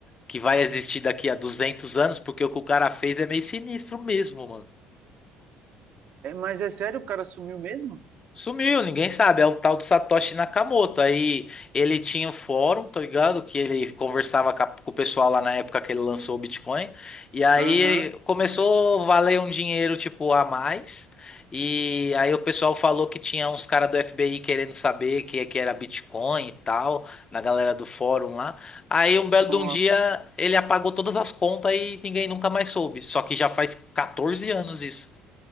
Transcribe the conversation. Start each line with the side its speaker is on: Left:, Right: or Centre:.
Left: que vai existir daqui a 200 anos? Porque o que o cara fez é meio sinistro mesmo,
Right: É, mas é sério, o cara sumiu mesmo?
Left: Sumiu, ninguém sabe. É o tal do Satoshi Nakamoto. Aí ele tinha o fórum, tá ligado? Que ele conversava com a- com o pessoal lá na época que ele lançou o Bitcoin. E aí
Right: Aham.
Left: começou a valer um dinheiro, tipo, a mais. E aí o pessoal falou que tinha uns caras do FBI querendo saber que é que era Bitcoin e tal, na galera do fórum lá. Aí um belo
Right: Nossa,
Left: de um dia ele apagou todas as contas e ninguém nunca mais soube. Só que já faz 14 anos isso.